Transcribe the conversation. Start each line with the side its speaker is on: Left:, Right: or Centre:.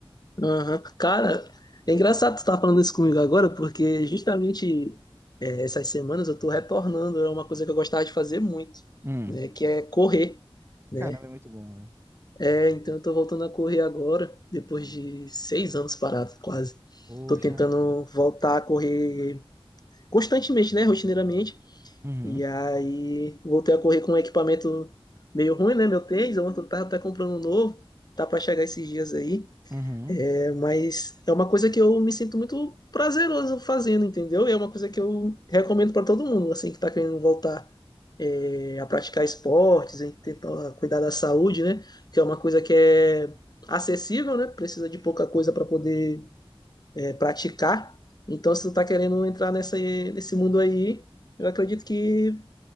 Left: Aham. Cara, é engraçado tu estar falando isso comigo agora, porque justamente é, essas semanas eu tô retornando a uma coisa que eu gostava de fazer muito,
Right: Hum,
Left: né? Que é correr, né?
Right: caramba, é muito bom, velho.
Left: É, então eu tô voltando a correr agora, depois de seis anos parado, quase.
Right: Poxa.
Left: Tô tentando voltar a correr constantemente, né? Rotineiramente.
Right: Uhum,
Left: E aí voltei a correr com um equipamento meio ruim, né? Meu tênis, eu tava até comprando um novo, tá pra chegar esses dias aí.
Right: uhum.
Left: Mas é uma coisa que eu me sinto muito prazeroso fazendo, entendeu? E é uma coisa que eu recomendo para todo mundo, assim, que tá querendo voltar é, a praticar esportes, em tentar cuidar da saúde, né? Que é uma coisa que é acessível, né? Precisa de pouca coisa para poder é, praticar. Então, se tu tá querendo entrar nessa, nesse mundo aí, eu acredito que